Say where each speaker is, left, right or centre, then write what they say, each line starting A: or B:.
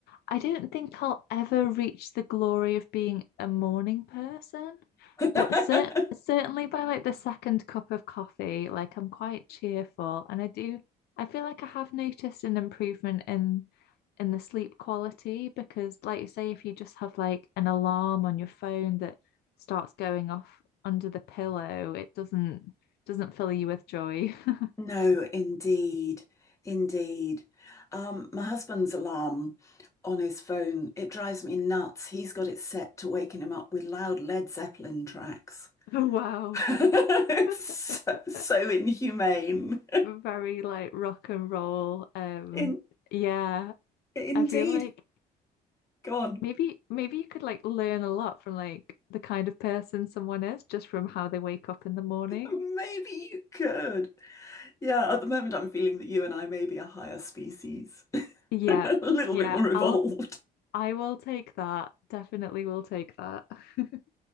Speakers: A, on the left; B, on the left.
A: I don't think I'll ever reach the glory of being a morning person,
B: <laughs>
A: but cer certainly by like the second cup of coffee, like I'm quite cheerful and I do I feel like I have noticed an improvement in in the sleep quality because like you say if you just have like an alarm on your phone that starts going off under the pillow, it doesn't doesn't fill you with joy. <laughs>
B: No, indeed. Indeed. Um, my husband's alarm on his phone, it drives me nuts. He's got it set to waking him up with loud Led Zeppelin tracks.
A: Oh,
B: <laughs> It's so,
A: wow.
B: so
A: <laughs>
B: inhumane.
A: very like rock and roll. Um,
B: In,
A: yeah,
B: indeed.
A: I feel like
B: Go on.
A: maybe maybe you could like learn a lot from like the kind of person someone is just from how they wake up in the morning.
B: Maybe you could. Yeah, at the moment, I'm feeling that you and I may be a higher species, <laughs> a
A: Yeah,
B: little
A: yeah,
B: bit more evolved.
A: I'll I will take that. Definitely will take that. <laughs>